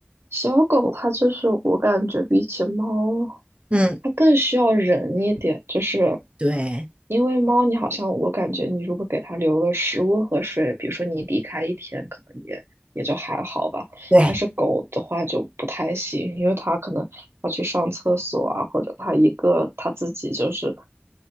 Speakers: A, on the right; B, on the right.
A: 小狗，它就是我感觉比起猫，
B: 嗯，
A: 它更需要人一点。就是
B: 对
A: 因为猫，你好像我感觉你如果给它留了食物和水，比如说你离开一天，可能也也就还好吧。
B: 对，
A: 但是狗的话就不太行，因为它可能要去上厕所啊，或者它一个它自己就是